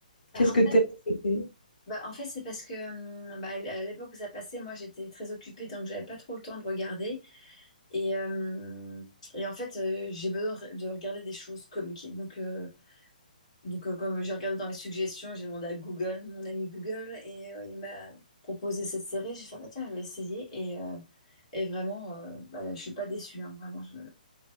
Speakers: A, on the left (about 50°); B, on the left (about 80°).
A: Bah,
B: qu'est-ce
A: en
B: que t'aimes.
A: fait,
B: c'était-
A: bah, en fait, c'est parce que hum, bah, à l'époque où ça passait, moi j'étais très occupée donc j'avais pas trop le temps de regarder. Et, euh, et en fait, euh, j'ai besoin de re- de regarder des choses comiques. Donc, euh, donc euh, comme j'ai regardé dans les suggestions, j'ai demandé à Google, mon ami Google, et euh, il m'a proposé cette série. J'ai fait, bah, tiens, je vais essayer. Et, euh, et vraiment, euh, bah, je suis pas déçue. hein. Vraiment, je,